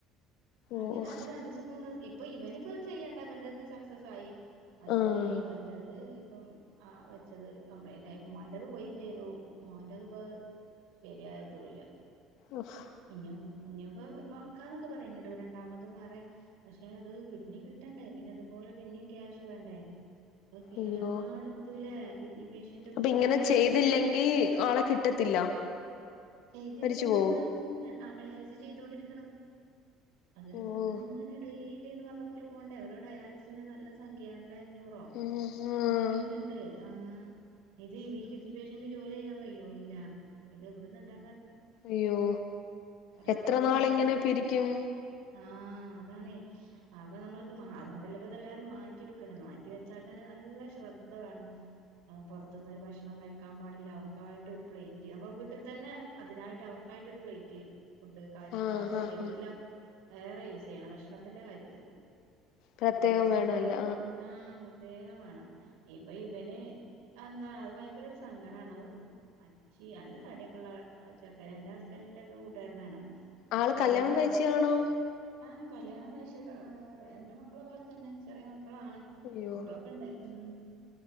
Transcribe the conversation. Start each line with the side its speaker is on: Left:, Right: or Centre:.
Right: അങ്ങനെ
Left: ഓഫ്
Right: അത് രണ്ടുസ് പ്പംപോണു ഇപ്പൊ ഇവനിപ്പൊ ചെയ്യേണ്ട ഇവന്റെത് സക്സസായി. അഷേ.
Left: ആഹ്
Right: ഇവന്റെത് ഇപ്പം. ആഹ് വെച്ചത് കംപ്ലൈന്റയി ഇമ്മന്റെത് പോയി ചെയ്തു മോന്റത് ഇപഹ്. ശരിയായതുല്ല.
Left: ഓഹ്
Right: ഇനിയും ഇനിയുപ്പ മക്കാന്നൊക്കെ പറയുന്നുണ്ട് രണ്ടാമതും വേറെ. പഷേ അത് കിഡ്നി കിട്ടണ്ടേ പിന്നെ ഇതുപോലെ പിന്നിം ക്യാഷ് വേണ്ടേ. ഓക്കെ
Left: അയ്യോ
Right: എല്ലാടത്തുലേ കിഡ്നി പേഷ്യൻ തിന്റെ
Left: അപ്പൊ
Right: കൂടിങ്ങാണ്ടില്ലെ
Left: ഇങ്ങനെ ചെയ്തില്ലെങ്കി
Right: റസ്
Left: ആളെ കിട്ടത്തില്ല
Right: ചെയ്തില്ലെങ്കിൽ
Left: മരിച്ചു പോവും
Right: നമ്മൾ. ഇങ്ങനെ ആഹ് ഡയാലിസിസ് ചെയ്തൊണ്ടിരിക്കണം അതൊരുത്ങ്ങനെ
Left: ഓഹ്
Right: ഡെയ്ലിന്ന് പറണ പോല് പോണ്ടേ ഓരോ ഡയാലിസിനു നല്ല സംഖ്യ രണ്ടേ അഞ്ഞൂ ഓഹ്
Left: ഉം ആഹ്
Right: അങ്ങനെയൊക്കെണ്ട് ആഹ് ഇത് ഈ കിട്ടിയ പേഷ്യന്റ് ജോലിയ്യാൻ കയിയോ ഇല്ല ഇത് എവിടന്നുണ്ടാ
Left: അയ്യോ
Right: ഒരാളെ
Left: എത്ര
Right: മുന്നിൽ
Left: നാളിങ്ങനെ
Right: കൈ നീട്ടൻ
Left: പിരിക്കും
Right: ആഹ് അതാണെ അപ്പൊ നമ്മള ഇത് മാ അതുകൊണ്ടല്ലപ്പിത് എല്ലാരും മാറ്റി വെക്കണത് മാറ്റി വെച്ചാ തന്നെ നല്ല ശ്രദ്ധ വേണം അഹ് പൊറത്തിന്നൊരു ഭക്ഷണം കഴിക്കാൻ പാടില്ല അവർക്കായിട്ട് ഒരു പ്ലേറ്റ് നമ്മുടെ വീട്ടിൽ തന്നെ അതിനായിട്ട് അവർക്കായിട്ടൊരു പ്ലേറ്റ് ഫുഡ് കാര്യം
Left: ആഹ്
Right: ഗ്ലാസ്സ്
Left: ആഹ്
Right: എല്ലാം
Left: ആഹ്
Right: വേറെ യൂസയ്യണം ഭക്ഷണത്തിന്റെ കാര്യത്തില്
Left: പ്രത്യേകം
Right: അങ്ങനെ യൂസ്
Left: വേണമല്ലോ
Right: ചെ ആഹ് പ്ര ത്യേകം വേണം ഇപ്പൊ ഇവന് എന്താ അത് ഭയങ്കര ഒരു സങ്കടാണ് അഹ് മച്ചി അല്ല തടിയൊക്കള്ള അഹ് ചക്കരേന്റ ബൻഡിൻ്റെക്ക കൂട്ടുകാരനാണ്
Left: ആള്
Right: പ അവനൊക്ക
Left: കല്യാണം കഴിച്ചയാണോ
Right: ആഹ് കല്യാണം കഴിച്ചിട്ട് എന്റെ മക്കളെ പോലെ തന്നെ ചെറിയ മക്കളാണ്
Left: അയ്യോ
Right: മക്കളൊക്കെ ഇണ്ട് ഉം